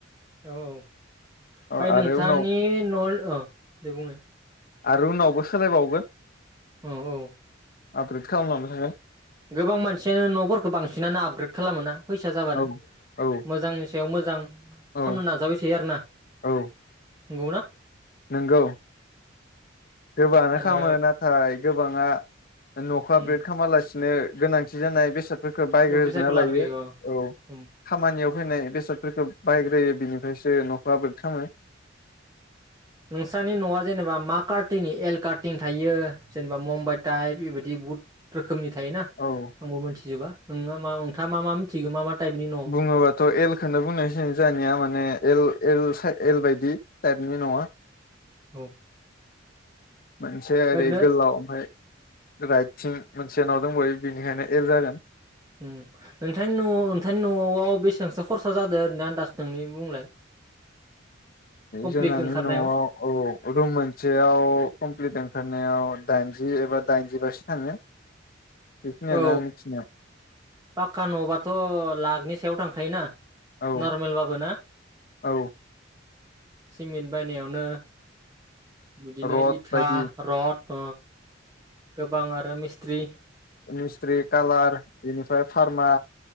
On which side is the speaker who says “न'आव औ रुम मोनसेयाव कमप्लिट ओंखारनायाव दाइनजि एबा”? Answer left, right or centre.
Left